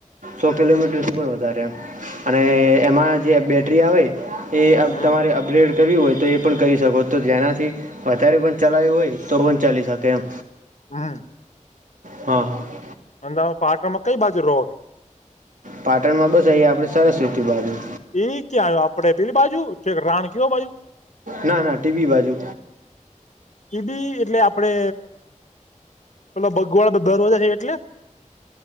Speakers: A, on the right; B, on the left.
A: સો કિલોમીટર સુર <unintelligible> અને એમાં જે બેટરી આવે એ
B: હમ
A: તમારે અપગ્રેડ કર્યું હોય તો એ પણ કરી શકો તો જેનાથી વધારે પણ ચલાયુ હોય તો રોજ ચાલી શકે એમ
B: હા
A: હા હા
B: અંદ પાટણ માં કઈ બાજુ રો?
A: પાટણ માં બસ અહીયા આપડે સરસવતી બાજુ
B: એ ક્યાં આયુ આપડે પેલી બાજુ ઠેક રાણકી વાવ બાજુ
A: ના ના ટીબી બાજુ
B: એ બી એટલે આપડે પેલા બગવાડા તો દરવાજા છે એટલે